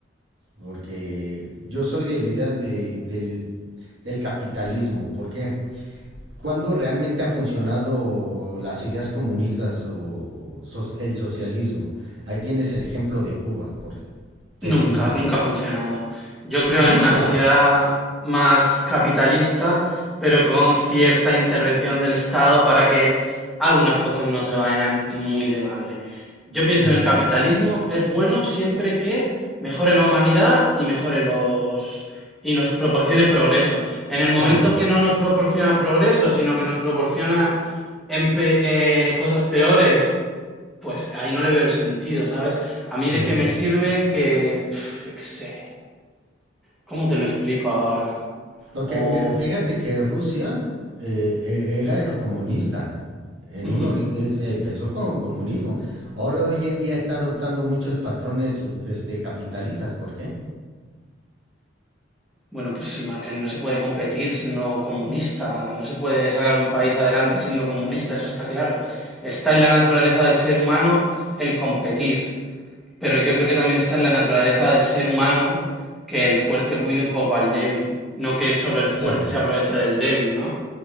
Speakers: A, on the right; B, in the centre.
A: porque yo soy de la idea de, del, del capitalismo. ¿Por qué? ¿Cuándo realmente ha funcionado las ideas comunistas o so- el socialismo? Ahí tienes el ejemplo de Cuba, por decir
B: Nunca,
A: una.
B: nunca ha funcionado. Yo creo
A: Rusia,
B: en una sociedad más capitalista, pero con cierta intervención del Estado para que algunas cosas no se vayan muy de madre. Yo pienso
A: Ujú,
B: en el capitalismo, es bueno siempre que mejore la humanidad y mejore los y nos proporcione progreso. En el momento
A: claro.
B: que no nos proporciona progreso, sino que nos proporciona empe- eh, cosas peores pues ahí no le veo el sentido, ¿sabes? A mí
A: ujú.
B: de qué me sirve que, pf, yo qué sé, ¿cómo te lo explico ahora?
A: Porque
B: O,
A: mira, fíjate que Rusia eh, e- era comunista. En
B: ujú,
A: un ori- es- empezó con comunismo. Ahora hoy en día está adoptando muchos patrones este, capitalistas. ¿Por qué?
B: bueno, pues ima- eh, no se puede competir siendo comunista, no se puede sacar un país adelante siendo comunista, eso está claro. Está en la naturaleza del ser humano el competir, pero yo creo que también está en la naturaleza del ser humano que el fuerte cuide un poco al débil, no que solo el fuerte
A: Claro.
B: se aproveche del débil, ¿no?